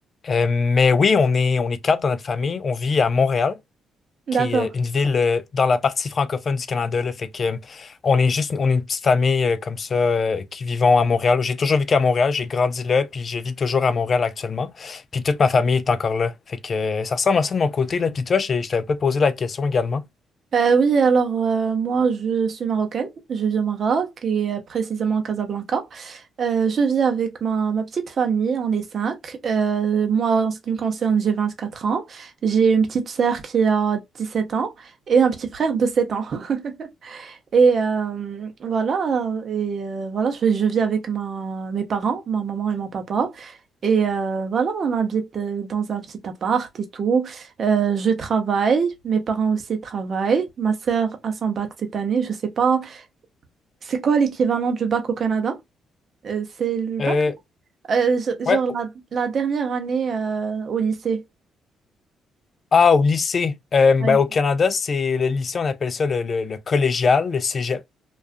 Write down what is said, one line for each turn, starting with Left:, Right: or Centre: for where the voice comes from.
Left: Euh, mais oui, on est, on est quatre dans notre famille. On vit à Montréal
Right: D'accord.
Left: qui est euh, une ville euh, dans la partie francophone du Canada, là. Fait que euh, on est juste on est une petite famille euh, comme ça euh, qui vivons à Montréal. J'ai toujours vécu à Montréal, j'ai grandi là, puis je vis toujours à Montréal actuellement. Puis toute ma famille est encore là. Fait que euh, ça ressemble à ça de mon côté, là. Puis toi, je, je t'avais pas posé la question également.
Right: Euh, oui, alors euh, moi je suis marocaine, je vis au Maroc et euh, précisément à Casablanca. Euh, je vis avec ma, ma petite famille, on est cinq. Euh, moi en ce qui me concerne, j'ai 24 ans, j'ai une petite sœur qui a 17 ans et un petit frère de 7 ans. <laughs> Et euh, voilà, et euh, voilà, je, je vis avec ma, mes parents, ma maman et mon papa. Et euh, voilà, on habite euh, dans un petit appart et tout. Euh, je travaille, mes parents aussi travaillent. Ma sœur a son bac cette année. Je sais pas, c'est quoi l'équivalent du bac au Canada? Euh, c'est le bac?
Left: Euh,
Right: non Euh, je-
Left: ouais.
Right: genre la, la dernière année euh, au lycée.
Left: Ah, au lycée. Euh,
Right: Ouais.
Left: ben, au Canada, c'est le lycée, on appelle ça le, le- le collégial, le cégep.